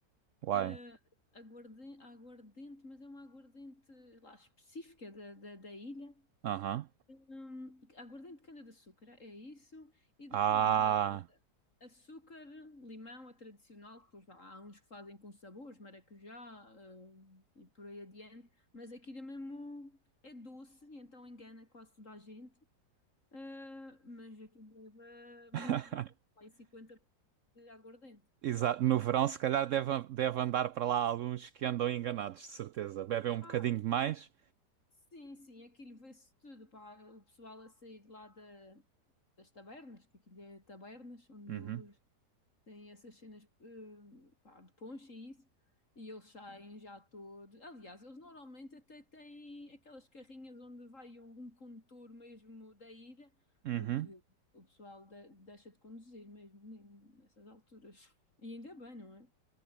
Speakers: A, on the right; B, on the left.
A: Uai.
B: eh, aguarden- aguardente, mas é uma aguardente lá específica da, da da ilha.
A: Aham.
B: Hum, aguardente de cana-de-açúcar, é isso. E depois
A: Ah.
B: le- açúcar, limão, a tradicional. Depois vá, há uns que fazem com sabores, maracujá, hum, e por aí adiante. Mas aquilo é mesmo é doce, e então engana quase toda a gente. Ah, mas aqui leva muito
A: <laughs>
B: álcool, vai 50% de aguardente.
A: Exato, no verão se calhar deve, deve andar para lá alguns que andam enganados, de certeza. Bebem um
B: Ah,
A: bocadinho demais.
B: sim, sim, aquilo vê-se tudo, pá. O pessoal a sair lá da- das tabernas, que aquilo é tabernas, onde
A: Uhum,
B: eles Tem essas cenas, eh, pá, de poncha e isso, e eles saem já todos. Aliás, eles normalmente até têm aquelas carrinhas onde vai um, um condutor mesmo da ilha,
A: uhum.
B: porque o pessoal de- deixa de conduzir mesmo nem- nessas alturas. E ainda bem, não é?